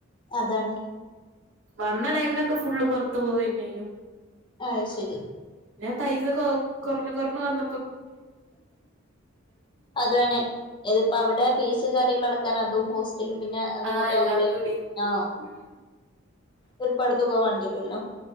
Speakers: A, on the left; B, on the right.
A: അതാണ്
B: വന്ന ടൈമിനൊക്കെ ഫുള്ള് പുറത്ത് പോവന്നേനും
A: ആഹ ശരി
B: പൈസ കുറഞ്ഞു കൊറഞ്ഞു വന്ന
A: അതവണെ ഇതിപ്പ അവിടെ ഫീസ് കാര്യങ്ങള അടക്കാൻ അതും ഹോസ്റ്റലും പിന്നെ അതും
B: ആഹ്
A: കൂടെ
B: എല്ലാം
A: ഒമ്മളയും
B: കൂടി.
A: ആ
B: ഉം.
A: ഒരു പട തുക വേണ്ടിട്ടുംല്ലോ